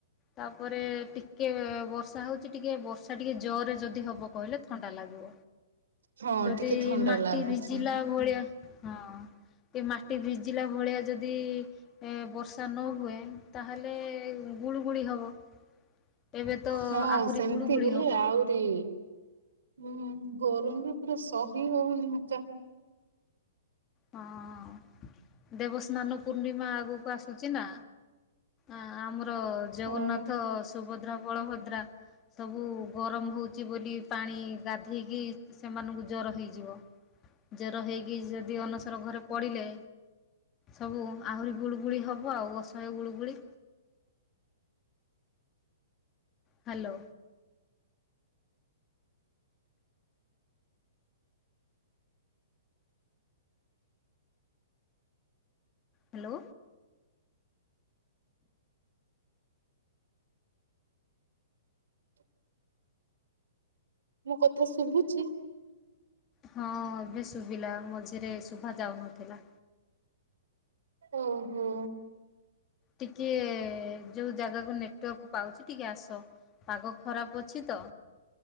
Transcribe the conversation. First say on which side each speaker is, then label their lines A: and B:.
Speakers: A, on the left (about 25°); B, on the right (about 80°).
A: ତାପରେ ଟିକେ ବର୍ଷା ହଉଛି ଟିକେ ବର୍ଷା ସେ ଟିକେ ଜୋରରେ ଯଦି ହବ କହିଲେ ଥଣ୍ଡା ଲାଗିବ।
B: ହଁ
A: ଯଦି
B: ଟିକେ ଥଣ୍ଡା
A: ମାଟି
B: ଲାଗୁଛି
A: ଭିଜିଲା ଭଳିଆ ହଁ। କି ମାଟି ଭିଜିଲା ଭଳିଆ ଯଦି ବର୍ଷା ନ ହୁଏ ତାହେଲେ ଗୁଳଗୁଳି ହବ। ଏବେ ତ
B: ହଁ
A: ଆହୁରି
B: ସେମିତି
A: ଗୁଳୁଗୁଳି
B: ହେଲେ
A: ହବ।
B: ଆହୁରି ହୁଁ। ଗରମରେ ପୁରା ସହି ହଉନି ମଛ।
A: ହଁ ଦେବସ୍ନାନ ପୂର୍ଣ୍ଣିମା ଆଗକୁ ଆସୁଛି ନା। ଆମର ଜଗନ୍ନାଥ
B: ହଁ
A: ସୁଭଦ୍ରା ବଳଭଦ୍ରା। ସବୁ ଗରମ ହଉଛି ବୋଲି ପାଣି ଗାଧେଇକି ସେମାନଙ୍କୁ ଜର ହେଇଯିବ। ଜର ହେଇକି ଯଦି ଅନସର ଘରେ ପଡ଼ିଲେ ସବୁ ଆହୁରି ଗୁଳଗୁଳି ହବ ଆଉ ଅସହ୍ୟ ଗୁଳଗୁଳି। ହ୍ୟାଲୋ। ହ୍ୟାଲୋ।
B: <inaudible> ମୋ କଥା ଶୁଭୁଛି।
A: ହଁ ଏବେ ଶୁଭିଲା ମଝିରେ ଶୁଭା ଯାଉନଥିଲା।
B: ଓହୋ।
A: ଟିକେ ଯୋଉ ଜାଗାକୁ ନେଟୱାର୍କ ପାଉଛି ଟିକେ ଆସ ପାଗ ଖରାପ ଅ ଅଛି ତ